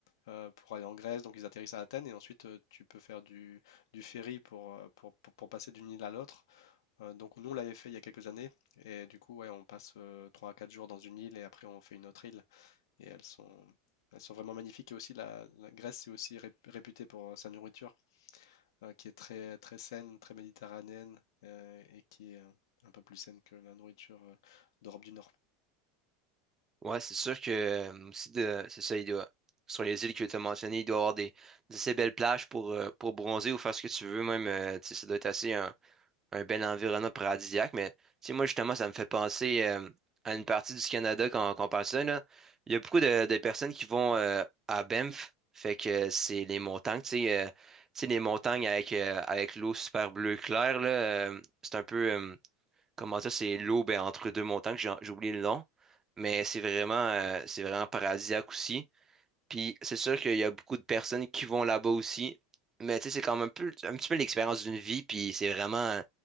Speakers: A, on the left; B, on the right.
A: euh, pour aller en Grèce. Donc ils atterrissent à Athènes et ensuite, euh, tu peux faire du, du ferry pour, euh, pour, pour- pour passer d'une île à l'autre. Euh, donc nous, on l'avait fait il y a quelques années. Et du coup, ouais, on passe euh, 3 à 4 jours dans une île et après, on fait une autre île et elles sont, elles sont vraiment magnifiques. Et aussi, la, la Grèce est aussi ré- réputée pour sa nourriture, euh, qui est très, très saine, très méditerranéenne, euh, et qui est euh, un peu plus saine que la nourriture euh, d'Europe du Nord.
B: Ouais, c'est sûr que euh, aussi de, c'est ça, il doit, sur les îles que tu as mentionnées, il doit y avoir des, des assez belles plages pour, euh, pour bronzer ou faire ce que tu veux même. euh, tu sais, ça doit être assez... un. un bel environnement paradisiaque, mais tu sais, moi, justement, ça me fait penser euh, à une partie du Canada quand, quand on parle de ça, là. Il y a beaucoup de, de personnes qui vont euh, à Banff, fait que c'est les montagnes, tu sais, euh, tu sais, les montagnes avec, euh, avec l'eau super bleue claire, là, euh, c'est un peu, euh, comment ça, c'est l'eau ben, entre deux montagnes, j'ai j'ai oublié le nom, mais c'est vraiment, euh, c'est vraiment paradisiaque aussi. Puis c'est sûr qu'il y a beaucoup de personnes qui vont là-bas aussi. Mais tu sais, c'est quand même un peu, un petit peu l'expérience d'une vie. Puis c'est vraiment